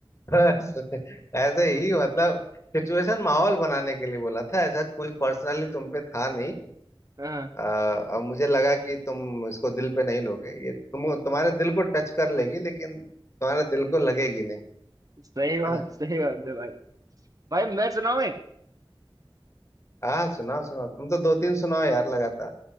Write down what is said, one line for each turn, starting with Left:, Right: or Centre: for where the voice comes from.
Left: <laughs> बस ऐसे ही मतलब सिचुएशन माहौल बनाने के लिए बोला था ऐसा कोई पर्सनली तुम पे था नहीं
Right: हाँ
Left: आ, अब मुझे लगा कि तुम इसको दिल पे नहीं लोगे ये तुम तुम्हारे दिल को टच कर लेगी लेकिन तुम्हारे दिल को लगेगी नहीं
Right: सही बात
Left: है ना
Right: सही बात है भाई भाई मैं सुनाऊँ एक?
Left: हाँ सुनाओ सुनाओ तुम तो दो तीन सुनाओ यार लगातार